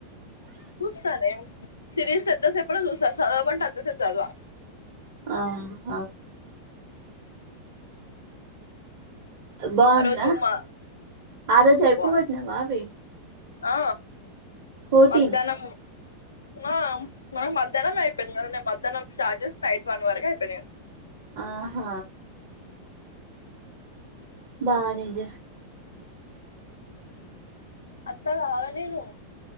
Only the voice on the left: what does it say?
చూస్తానే సిరిస్ ఎంత సేపైనా చూస్తా చదవమంటే అంతసేపు చదవ
ఆ రోజు మా
బాయ్
ఆ
మధ్యాహ్నము నామ్ మనకు మధ్యాహ్నం అయిపోయింది కదా నేను మధ్యాహ్నం స్టార్ట్ చేసి నైట్ వన్ వరకు అయిపోయినా
అంతా కాగా నేను